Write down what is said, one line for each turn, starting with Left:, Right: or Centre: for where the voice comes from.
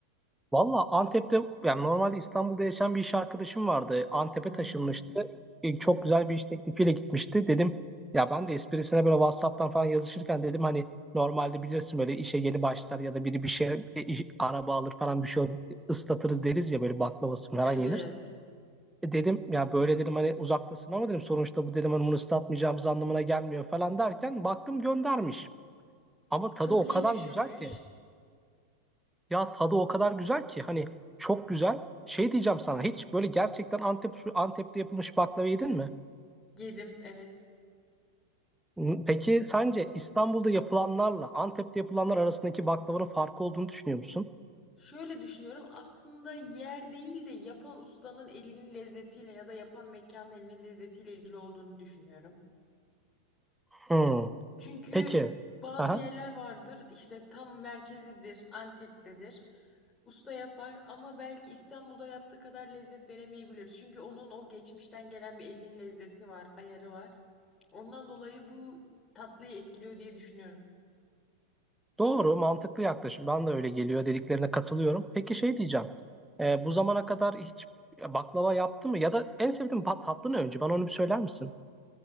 Centre: Valla Antep'te yani normalde İstanbul'da yaşayan bir iş arkadaşım vardı. Antep'e
Left: Hı
Centre: taşınmıştı.
Left: hı.
Centre: E, çok
Left: Hı hı.
Centre: güzel bir iş teklifiyle gitmişti. Dedim ya ben de esprisine böyle WhatsApp'tan falan yazışırken dedim hani normalde bilirsin böyle işe yeni başlar ya da biri bir şey e, iş- araba alır falan bir şey ıslatırız deriz ya böyle baklavası falan
Left: Evet.
Centre: yenir. E dedim ya böyle dedim hani uzaktasın ama dedim sonuçta bu dedim hani bunu ıslatmayacağımız anlamına gelmiyor falan derken baktım göndermiş. Ama tadı
Left: Çok
Centre: o
Left: iyi
Centre: kadar
Left: düşünmüş.
Centre: güzel ki ya tadı o kadar güzel ki hani çok güzel. Şey diyeceğim sana hiç böyle gerçekten Antep usulü- Antep'te yapılmış baklava yedin mi?
Left: Yedim evet.
Centre: N- Peki sence İstanbul'da yapılanlarla Antep'te yapılanlar arasındaki baklavanın farkı olduğunu düşünüyor musun?
Left: Şöyle düşünüyorum aslında yer değil de yapan ustanın elinin lezzetiyle ya da yapan mekanın elinin lezzetiyle ilgili olduğunu düşünüyorum.
Centre: Hmm.
Left: Çünkü
Centre: Peki.
Left: bazı
Centre: Aha.
Left: yerler vardır işte tam merkezidir, Antep'tedir. Usta yapar ama belki İstanbul'da yaptığı kadar lezzet veremeyebilir. Çünkü onun o geçmişten gelen bir elinin lezzeti var, ayarı var. Ondan dolayı bu tatlıyı etkiliyor diye düşünüyorum.
Centre: Doğru, mantıklı yaklaşım. Ben de öyle geliyor dediklerine katılıyorum. Peki şey diyeceğim. Ee, bu zamana kadar hiç baklava yaptı mı? Ya da en sevdiğin pa- tatlı ne önce? Bana onu bir söyler misin?